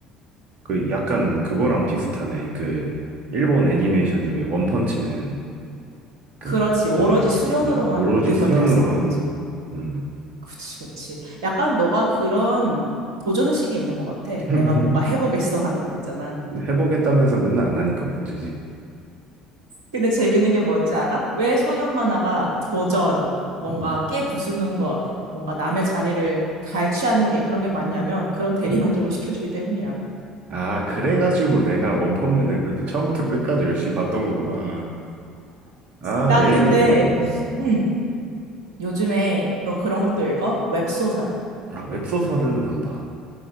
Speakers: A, on the right; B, on the right.
A: 그 약간 그거랑 비슷하네. 그 일본 애니메이션 중에 원펀치맨 그
B: 그렇지. 오로지
A: 어,
B: 수련으로만
A: 음, 오로지
B: 모든
A: 수련으로만
B: 걸 달성한 거지.
A: 음.
B: 그치, 그치. 약간 너가 그런 도전 의식이 있는 것 같아.
A: <laughs>
B: 내가 뭔가 해보겠어 하는 거 있잖아.
A: 해보겠다면서 맨날 안 하니까 문제지.
B: 근데 재밌는 게 뭔지 알아? 왜 소년 만화가 도전, 뭔가
A: 음.
B: 깨 부수는 것, 뭔가 남의 자리를 갈취하는 게 그런 게 많냐면 그런 대리만족을
A: 음.
B: 시켜주기 때문이야.
A: 아, 그래가지고 내가 원펀맨을 그렇게 처음부터 끝까지 열심히 봤던 거구나. 아,
B: 나
A: 매주
B: 근데,
A: 음.
B: 음, 요즘에 너 그런 것도 읽어? 웹소설.
A: 아, 웹소설은 안 봐.